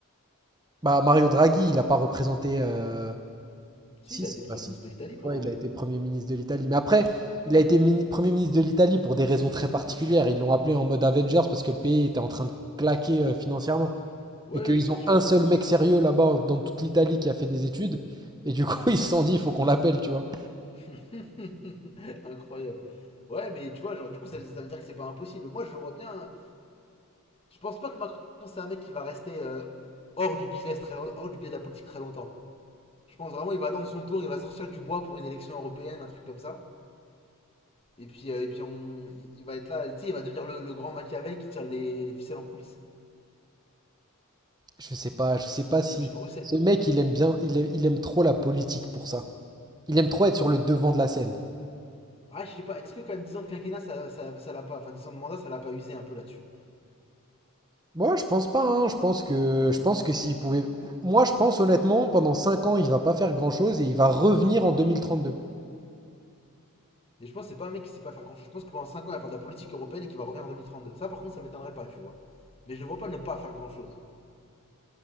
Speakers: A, on the right; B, on the left.
A: Bah, Mario Draghi, il n'a pas représenté. euh,
B: Si,
A: Si,
B: il a
A: si,
B: été Premier
A: bah si.
B: ministre de l'Italie pendant
A: Ouais,
B: un
A: il
B: moment.
A: a été Premier ministre de l'Italie. Mais après, il a été mini- Premier ministre de l'Italie pour des raisons très particulières. Ils l'ont appelé en mode Avengers parce que le pays était en train de claquer euh, financièrement.
B: Ouais,
A: Et qu'ils
B: ouais, bien
A: ont
B: sûr.
A: un seul mec sérieux là-bas dans toute l'Italie qui a fait des études. Et du coup, <laughs> ils se sont dit, il faut qu'on l'appelle, tu vois.
B: <laughs> Incroyable. Ouais, mais tu vois, genre, du coup, ça, veut- ça veut dire que c'est pas impossible. Moi, je vois bien. Je pense pas que Macron, c'est un mec qui va rester euh, hors du business très hors du biais de la politique très longtemps. Je pense vraiment il va attendre son tour, il va sortir du bois pour une élection européenne, un truc comme ça. Et puis, euh, et puis on, il va être là, tu sais, il va devenir le, le grand Machiavel qui tire les, les ficelles en coulisses
A: Je sais pas, je sais pas si
B: depuis Bruxelles.
A: ce mec il aime bien, il aime, il aime trop la politique pour ça. Il aime trop être sur le devant de la scène.
B: Ah, je sais pas, est-ce que quand même 10 ans de quinquennat, ça, ça, ça l'a pas, enfin 10 ans de mandat, ça l'a pas usé un peu là-dessus.
A: Moi, je pense pas, hein. Je pense que, je pense que s'il pouvait, moi, je pense honnêtement, pendant 5 ans, il va pas faire grand-chose et il va revenir en 2032.
B: Et je pense que c'est pas un mec qui sait pas faire grand-chose. Je pense que pendant 5 ans, il va faire de la politique européenne et qu'il va revenir en 2032. Ça, par contre, ça m'étonnerait pas, tu vois. Mais je le vois pas ne pas faire grand-chose,